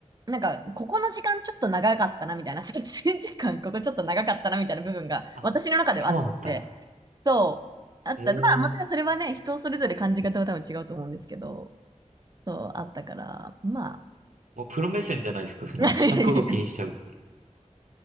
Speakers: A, on the right; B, on the right.
A: なんか、ここの時間ちょっと長かったな、みたいな、<laughs> 撮影時間、ここちょっと長かったな、みたいな部分が、
B: あ、
A: 私の中ではあって、
B: そうなんだ。
A: そう、あった。
B: へえ。
A: まあ、もちろんそれはね、人それぞれ感じ方は多分違うと思うんですけど、そうあったから、まあ。
B: もうプロ目線じゃないですか、その尺を気にしちゃうってい
A: <laughs>